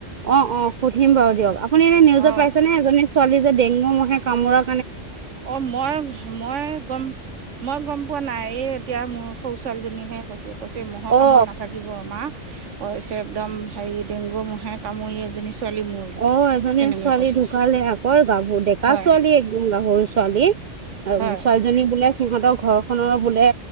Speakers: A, on the right; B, on the right.
A: অ অ সুধিম বাৰু দিয়ক আপুনি এনে নিউজত
B: অ
A: পাইছেনেে এজনী ছোৱালী যে ডেংগো মহে কামোৰা।
B: অ মই মই গম মই গম পোৱা নাই এই। এতিয়া মোৰ সৰু ছোৱালীজনীহে কৈছিল। কৈছে মৰ কামত
A: অ
B: নাথাকিব আমাৰ অ একদম হেৰিত। ডেংগু মহে কামুৰি এজনী। ছোৱালী মৰিল
A: অ এজনী
B: তেনেকে
A: ছোৱালী
B: কৈছে
A: ঢুকালে আকৌ গাভৰু ডেকা
B: হয়
A: ছোৱালী একদম গাভৰুছোৱালী। আৰু
B: হয়
A: ছোৱালীজনী বোলে সিহঁতৰ ঘৰখনৰ বোলে,